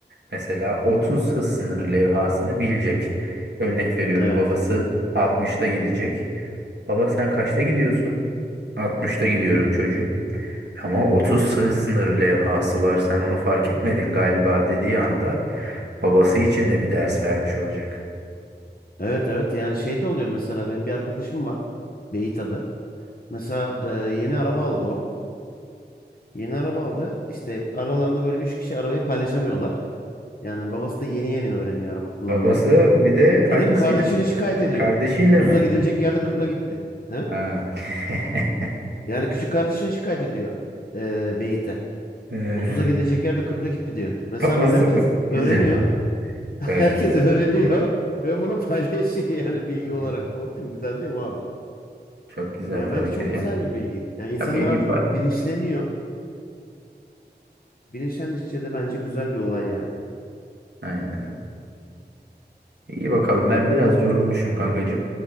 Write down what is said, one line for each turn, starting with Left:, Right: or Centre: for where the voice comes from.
Right: Mesela 30 hız sınırı levhasını bilecek. Örnek veriyorum.
Left: Evet.
Right: Babası 60'ta gidecek. Baba sen kaçta gidiyorsun? 60'ta gidiyorum çocuğum. Ama 30 hız sınırı levhası var. Sen onu fark etmedin galiba dediği anda babası için de bir ders vermiş olacak.
Left: Evet evet yani şey de oluyor mesela benim bir arkadaşım var. Beyit Mesela e, yeni araba aldı o. Yeni araba aldı. işte aralarında böyle üç kişi arabayı paylaşamıyorlar. Yani babası da yeni yeni öğreniyor araba kullanmayı.
Right: Babası bir de
Left: Gidip
Right: annesiyle
Left: kardeşine
Right: mi?
Left: şikayet
Right: Ha,
Left: ediyor.
Right: kardeşiyle
Left: 30'a
Right: mi?
Left: gidilecek yerde 40'la gitti. He?
Right: Ha. <laughs>
Left: Yani küçük kardeşine şikayet ediyor e, Beyit'e.
Right: Ee,
Left: 30'a gidilecek yerde 40'la gitti diyor. Mesela
Right: babası
Left: bunu herkes
Right: mı? Güzel.
Left: öğreniyor. <laughs> Herkes
Right: Evet.
Left: öğreniyor. Ve bunu paylaşıyor yani bilgi
Right: Aynen.
Left: olarak. Doğru değil mi? Güzel değil mi abi?
Right: Çok güzel
Left: Ya
Right: tabii
Left: bence çok
Right: ki diyorsun.
Left: güzel bir bilgi. Yani insanlar
Right: Ya bilgi
Left: artık
Right: pay-
Left: bilinçleniyor. Bilinçlendikçe de bence güzel bir olay yani.
Right: Aynen. İyi bakalım. Ben biraz yorulmuşum kankacığım.